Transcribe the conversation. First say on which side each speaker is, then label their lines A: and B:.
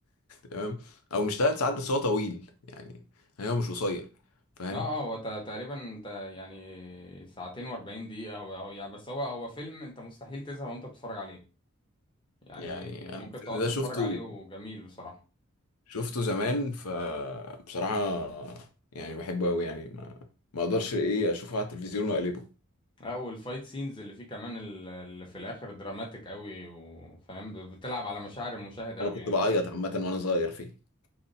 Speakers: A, on the left (about 85°); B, on the left (about 20°).
A: تمام او مش ثلاث ساعات بس هو طويل يعني يعني هو مش قصير فاهم
B: اه اه هو تا- تقريبا تا- يعني ساعتين واربعين دقيقة هو هو يعني بس هو هو فيلم انت مستحيل تزهق وانت بتتفرج عليه يعني
A: يعني انا
B: ممكن
A: الفيلم
B: تقعد
A: ده
B: تتفرج
A: شفته
B: عليه وجميل بصراحة
A: شفته زمان فبصراحه يعني بحبه قوي يعني ما ما اقدرش ايه اشوفه على التلفزيون واقلبه
B: اه والفايت سينز اللي فيه كمان ال- اللي في الاخر دراماتيك قوي وفاهم ب- بتلعب على مشاعر المشاهد قوي
A: انا كنت
B: يعني
A: بعيط عامه وانا صغير فيه <laughs>